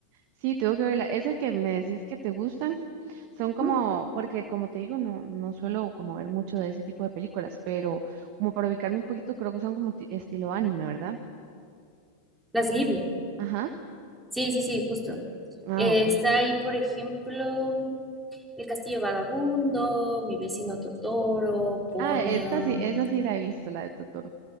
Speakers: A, on the right; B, in the centre.
A: Sí, tengo que verla. Esas que me decís que te gustan son
B: Ujú.
A: como, porque como te digo, no, no suelo como ver mucho de ese tipo de películas, pero como para ubicarme un poquito, creo que son como ti- estilo anime, ¿verdad?
B: Las de Ghibli.
A: Ajá.
B: Sí, sí, sí, justo.
A: Ah,
B: Eh,
A: ok.
B: está ahí, por ejemplo, El Castillo Vagabundo, Mi vecino Totoro, Ponyo.
A: Ah, esta sí, esa sí la he visto, la de Totoro.